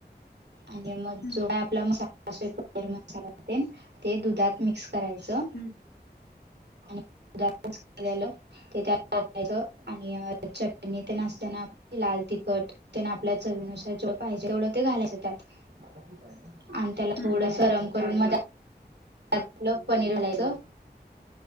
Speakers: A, on the right; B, on the left.
A: आणि मग
B: हम्म
A: जो काय आपला मसाला असोैर मसाला ते दुधात मिक्स करायचं
B: हम्म
A: आणि दुधात मिक्स झालं. ते त्यायच आणि चटणी ते नाचताना आप लाल तिखट. त्यांना आपल्या चवीनुसार जेव पाहिजे तेवढं ते घालायचं त्यात आणि त्याला
B: हम्म
A: थोडं
B: हम्म
A: सरम करून मजलं पनीर हलायचं.